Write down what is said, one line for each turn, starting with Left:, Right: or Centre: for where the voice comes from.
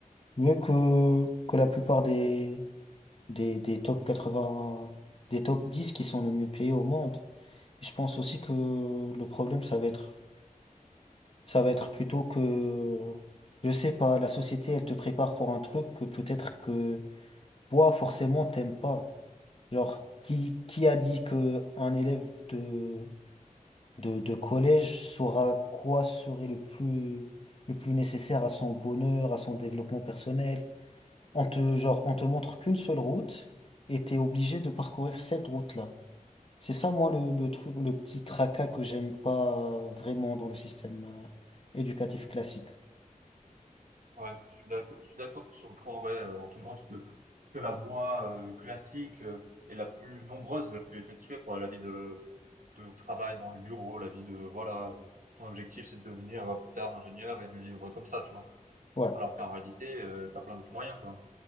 Left: mieux que, que la plupart des, des, des top 80, des top 10 qui sont le mieux payés au monde. Et je pense aussi que le problème, ça va être, ça va être plutôt que, je sais pas, la société, elle te prépare pour un truc que peut-être que toi, forcément, t'aimes pas. Genre, qui, qui a dit que un élève de, de, de collège saura quoi serait le plus, le plus nécessaire à son bonheur, à son développement personnel? On te, genre, on te montre qu'une seule route et t'es obligé de parcourir cette route-là. C'est ça, moi, le, le truc, le petit tracas que j'aime pas euh, vraiment dans le système euh, éducatif classique.
Right: Ouais, je suis d'accord, je suis d'accord que sur le point, ouais, euh, on te montre que, que la voie euh, classique euh, est la plus nombreuse, la plus effectuée, quoi. La vie de, de travail dans le bureau, la vie de, voilà, euh, ton objectif c'est de devenir euh, plus tard ingénieur et de vivre comme ça, tu vois.
Left: Ouais,
Right: Alors qu'en réalité, euh, t'as plein d'autres moyens, quoi.